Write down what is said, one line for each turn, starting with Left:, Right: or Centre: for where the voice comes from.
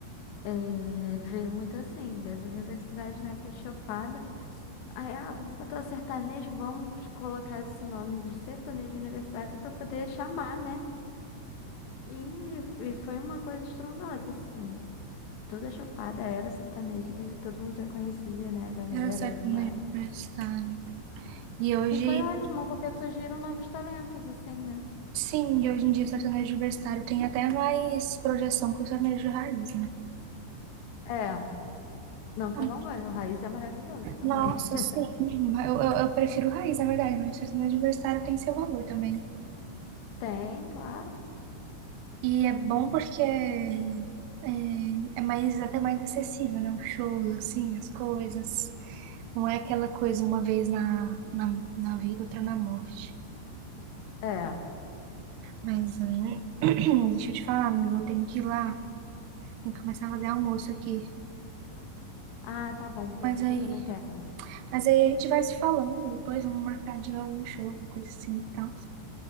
Left: é, veio muito assim, das universidades na época de chapada. Aí, ah, vamos botar sertanejo, vamos colocar esse nome de sertanejo universitário para poder chamar, né? E, e foi uma coisa estrondosa, assim. Toda chopada era sertaneja, e todo mundo já conhecia, né, a galera.
Right: Era sertanejo
Left: Mas...
Right: universitário. E hoje,
Left: E foi ótimo, porque surgiram novos talentos, assim, né?
Right: sim, hoje em dia sertanejo universitário tem até mais projeção que o sertanejo raiz, né?
Left: É, não que
Right: Ah,
Left: eu não goste, o Raiz é maravilhoso também.
Right: Nossa,
Left: <laughs>
Right: sim. Eu, eu, eu prefiro raiz, na verdade, mas sertanejo universitário tem seu valor também.
Left: Tem, claro.
Right: E é bom porque é, é é mais, até mais acessível, né? O show, assim, as coisas. Não é aquela coisa uma vez na, na, na vida, outra na morte.
Left: É.
Right: Mas, hein, <clears throat> deixa eu te falar, amigo, eu tenho que ir lá. Tem que começar a fazer almoço aqui.
Left: Ah, tá bom, pior
Right: Mas
Left: é que
Right: aí,
Left: eu também tenho.
Right: mas aí a gente vai se falando. Depois vamos marcar de algum show, alguma coisa assim e tal.